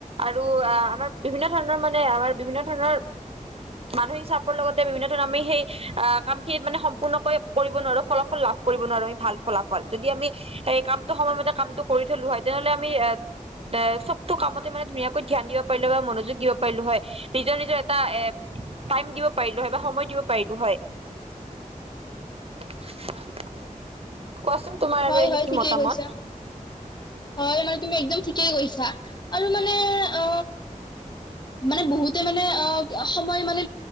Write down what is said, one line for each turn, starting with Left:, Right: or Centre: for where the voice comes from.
Right: আৰু আমাৰ বিভিন্ন ধৰণৰ মানে আমাৰ বিভিন্ন ধৰণৰ। মানসিক চাপৰ লগতে বিভিন্ন ধৰণৰ আমি সেই আহ কাম। সম্পূৰ্ণকৈ কৰিব নোৱাৰো ফলাফল লাভ কৰিব নোৱাৰো আমি ভাল ফলাফল যদি আমি এ। কামটো সময়মতে কামটো কৰি থলো হয় তেনেহ'লে আমি এ। এ চবতটো কামতে মানে ধুনীয়াকৈ ধ্যান দিব পাৰিলো বা মনোযোগ দিব পাৰিলো হয় নিজৰ নিজৰ এটা এ। টাইম দিব পাৰিলো হয় বা সময় দিব পাৰিলো হয়। কোৱাচোন তোমাৰ
Left: হয়
Right: আৰু এনে
Left: হয়
Right: কি
Left: ঠিকেই
Right: মতামত।
Left: কৈছা হয় মানে তুমি একদম ঠিকেই কৈছা আৰু মানে অ। মানে বহুতে মানে অ সময় মানে